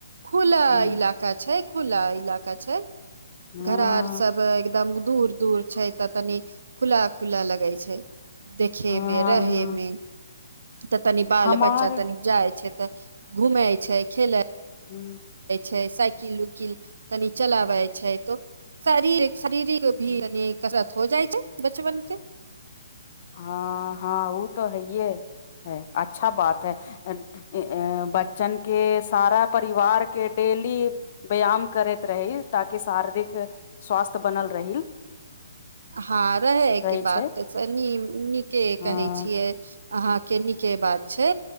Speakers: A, on the right; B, on the left.
A: खुला
B: ह
A: इलाका छै खुला इलाका छै
B: हँ
A: घरा आर सब एकदम दूर दूर छै तऽ तनी खुला खुला लगे छै देखेमें
B: हँ
A: रहेमें तऽ तनि बाल
B: हमार
A: बच्चा तनि जाइ छै तऽ घूमै छै खेलै
B: हूँ
A: साइकिल उकिल तनि चलाबै छै तो शरीर शरीरिक भी
B: ह
A: अनी कस - हो जाइ छै बचपन के
B: हँ हँ ओ तऽ हैयए ह अच्छा बात है ए ऐं बच्चनके सारा परिवारके डेली व्यायाम करैत रही ताकि शारीरिक स्वास्थ्य बनल रही
A: हँ रहैके
B: रहै
A: बात
B: छै
A: त स नीम नीके
B: हँ
A: कहै छियै अहाँ के नीके बात छै